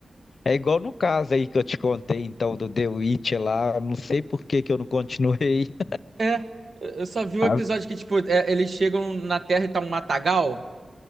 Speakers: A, on the left; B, on the right.
A: é igual no caso aí que eu te contei, então, do The Witch lá. Não sei por que que eu não continuei.
B: É. Eu só vi o
A: <laughs>
B: episódio que, tipo, é, eles chegam na Terra e tá um matagal.